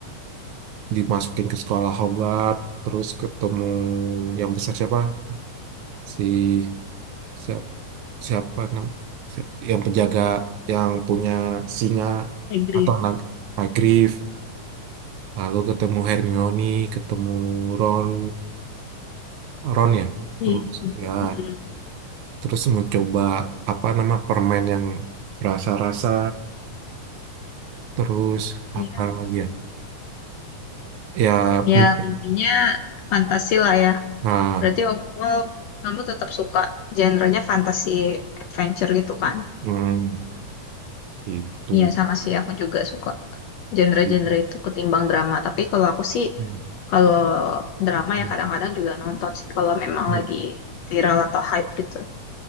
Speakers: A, on the right; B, on the left.
A: dimasukin ke sekolah Hogwarts terus ketemu yang besar siapa si siapa siapa nam si- yang penjaga yang punya singa
B: Agree.
A: atau nag Hagrid lalu ketemu Hermione ketemu Ron Ron ya terus
B: Iya.
A: ya
B: Mm-mm.
A: terus mencoba apa nama permen yang rasa-rasa terus
B: Iya.
A: apa lagi ya ya
B: Ya,
A: men-
B: intinya fantasi lah ya.
A: nah
B: Berarti overall kamu tetap suka genrenya fantasy adventure gitu kan?
A: hmm, itu
B: Iya sama sih aku juga suka
A: <laughs>
B: genre-genre
A: Gitu.
B: itu ketimbang drama. Tapi kalau aku sih
A: Hmm,
B: kalau drama
A: hmm,
B: ya kadang-kadang juga nonton sih kalau memang
A: hmm.
B: lagi viral atau hype gitu.